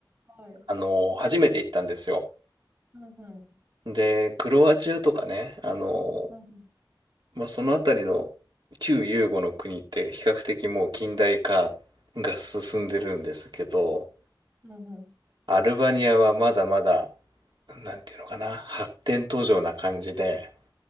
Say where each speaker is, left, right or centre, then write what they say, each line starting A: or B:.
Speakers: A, on the right; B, on the right.
A: はい。
B: あの、初めて行ったんですよ。
A: うんうん。
B: で、クロアチアとかね、あの、
A: うんうん。
B: まあ、そのあたりの旧ユーゴの国って比較的もう近代化が進んでるんですけど、
A: うんうん。
B: アルバニアはまだまだ、なんていうのかな、発展途上な感じで、